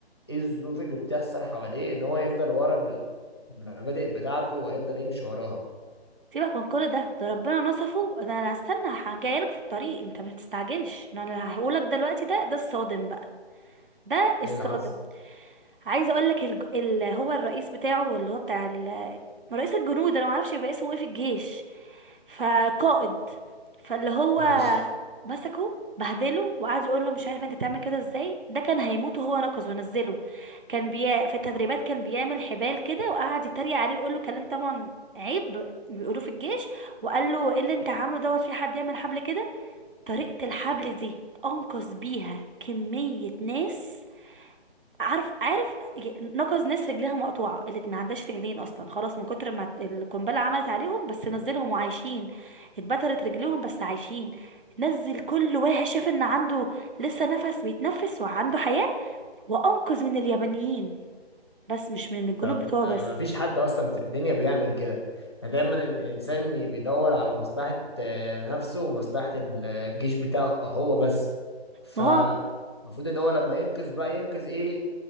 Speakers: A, on the left; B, on the right.
A: ايه الظروف اللي بتحصل حواليه ان هو يفضل ورا المبادئ بتاعته وهيفضل يمشي وراها
B: سيبك من كل ده ده ربنا نصفه ده انا هستنى ه- جايلك في الطريق انت ما تستعجلش إن انا هقولك دلوقتي ده ده الصادم بقى ده الصادم
A: ايه اللي حصل
B: عايزه اقول لك الج... اللي هو الرئيس بتاعه اللي هو بتاع ال... رئيس الجنود انا ما اعرفش يبقى اسمه ايه في الجيش فقائد فاللي هو
A: ماشي
B: مسكه بهدله وقعد يقول له مش عارف انت بتعمل كده ازاي ده كان هيموت وهو نقز ونزله كان بي... في التدريبات كان بيعمل حبال كده وقعد يتريق عليه ويقول له كلام طبعا عيب بيقولوه في الجيش وقال له ايه اللي انت عامله دوت في حد يعمل حبل كده طريقة الحبل دي انقذ بيها كمية ناس عارف عارف نقص ناس رجليها مقطوعه اللي ما عندهاش رجلين اصلا خلاص من كتر ما القنبله عملت عليهم بس نزلهم وعايشين اتبترت رجليهم بس عايشين نزل كل واحد شاف ان عنده لسه نفس بيتنفس وعنده حياه وانقذ من اليابانيين بس مش من الجنوب
A: طب
B: بتوعه
A: ما
B: بس
A: فيش حد اصلا في الدنيا بيعمل كده يعني دايما ال- الانسان بيدور على مصلحة آه، نفسه ومصلحة ال- الجيش بتاعه هو بس فالمفروض
B: ما هو
A: ان هو لما ينقذ بقى ينقذ ايه